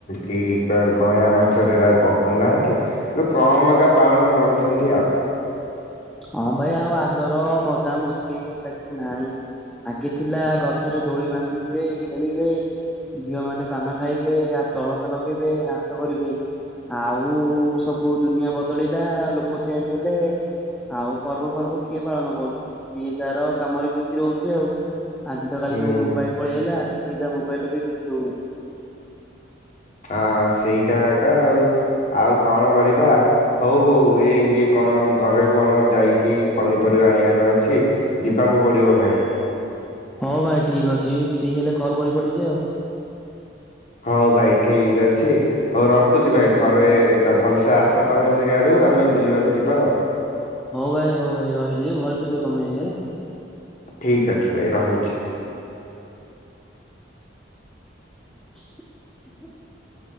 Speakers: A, on the left (about 40°); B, in the centre.
A: କି କଇଁ ଗଛଟା ପକଉନାହାନ୍ତି। ଏବେ କମ ଏକା ପାଳନ କରୁଛନ୍ତି ଆଉ
B: ହଁ ଭାଇ ଆଉ ଆଗର ମଜା ମସ୍ତି ଏ କିଛି ନାହିଁ। ଆଗେ ଥିଲା ଗଛରେ ଦୋଳି ବାନ୍ଧିବେ ଖେଳିବେ। ଝିଅ ମାନେ ପାନ ଖାଇବେ ଆ ଅଳତା ଲଗେଇବେ ନାଚ କରିବେ? ଆଉ ସବୁ ଦୁନିଆ ବଦଳିଲା ଲୋକ ଚେଞ୍ଜ ହେଲେ। ଆଉ ପର୍ବ ପର୍ବ କିଏ ପାଳନ କରୁଛି ଯିଏ ଯାହାର କାମରେ ବିଜି ରହୁଛି ଆଉ ଆଜି ତ କାଲି
A: ହୁଁ।
B: ସବୁ ମୋବାଇଲ ପଳେଇ ଆଇଲା ଯିଏ ଯାହା ମୋବାଇଲରେ ବିଜି ରହୁଛନ୍ତି ଆଉ।
A: ହଁ ସେଇଟା ଏକା ଆଉ ଆଉ କଣ କରିବା? ହଉ ହଉ ଏ ଇଏ କଣ ଘରେ କଣ ଯାଇକି ପନିପରିବା ଆଣିବାର ଅଛି। ଜିବାକୁ ପଡ଼ିବ ଭାଇ
B: ହଉ ଭାଇ ଠିକ୍ ଅଛି ଫ୍ରି ହେଲେ କଲ୍ କରିବ ଟିକେ ଆଉ
A: ହଉ ଭାଇ ଠିକ୍ ଅଛି। ହଉ ରଖୁଛି ଭାଇ ଘରେଟା ଭଲସେ ଆସ ତମେ ସେଇ ଆଡୁ ଆମେ ବିଲକୁ ଯିବା ଆଉ
B: ହଉ ଭାଇ ହଉ ଭାଇ ରହିଲି ଭଲସେ ରୁହ ତମେ ହେଲେ।
A: ଠିକ ଅଛି ଭାଇ ରହୁଛି।
B: <unintelligible>